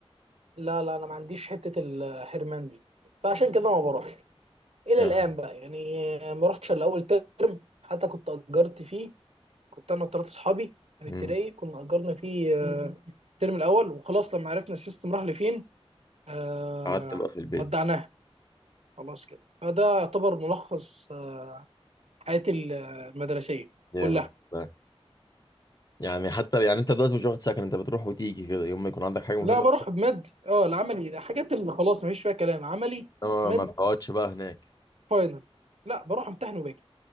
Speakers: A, on the right (about 85°); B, on the left (about 35°).
A: لا لا انا ما عنديش حته الحرمان دي فعشان كده ما بروحش الى
B: آه.
A: الان بقى يعني ما رحتش الا اول ترم حتى كنت اجرت فيه كنت انا وثلاث اصحابي من
B: مم.
A: التراي كنا اجرنا فيه آه، الترم الاول وخلاص لما عرفنا السيستم راح لفين آه،
B: قعدت بقى في البيت
A: ودعناها خلاص كده فده يعتبر ملخص آه، حياتي المدرسيه
B: جامد
A: كلها
B: لا. يعني حتى يعني انت دلوقتي مش واخد سكن انت بتروح وتيجي كده يوم ما يكون عندك حاجه مهمه
A: لا بروح بمد اه العملي الحاجات اللي خلاص مفيش فيها كلام عملي
B: انما
A: مد
B: ما بتقعدش بقى هناك
A: فاينل لا بروح امتحن وباجي